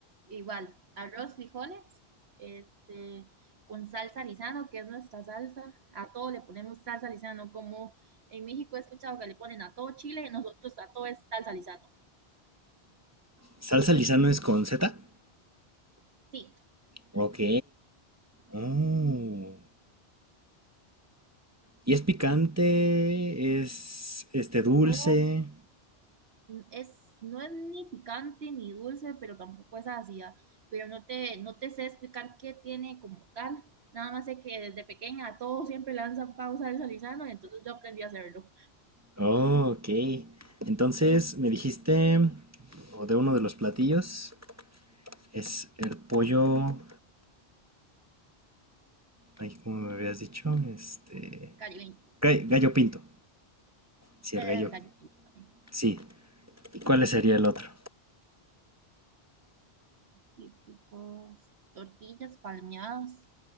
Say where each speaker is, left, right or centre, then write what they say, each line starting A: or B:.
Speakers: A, on the right (about 75°); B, on the right (about 20°).
A: igual, arroz, frijoles, este, con salsa lisano, que es nuestra salsa. A todo le ponemos salsa lisano, como en México he escuchado que le ponen a todo chile, nosotros a todo es salsa lisano.
B: ¿Salsa Lizano es con Z?
A: Sí,
B: Ok. Oh. ¿Y es picante? ¿Es este dulce?
A: no Es, no es ni picante ni dulce, pero tampoco es ácida. Pero no te, no te sé explicar qué tiene como tal. Nada más sé que desde pequeña a todos siempre lanzan pausa del salizano, y entonces yo aprendí a hacerlo.
B: Oh, ok. Entonces me dijiste, o de uno de los platillos, es el pollo. Ay, ¿cómo me habías dicho? Este.
A: Gallo,
B: ga- Gallo pinto. Sí,
A: el
B: el gallo.
A: gallo pinto,
B: Sí. ¿Y cuál sería el otro?
A: típicos. Tortillas palmeadas.